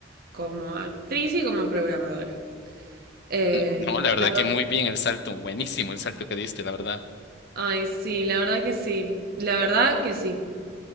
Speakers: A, on the right (about 55°); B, on the left (about 60°).
A: como actriz y como programadora. Eh,
B: No, no, la verdad
A: las
B: que
A: dos.
B: muy bien el salto, buenísimo el salto que diste, la verdad.
A: Ay, sí, la verdad que sí, la verdad que sí.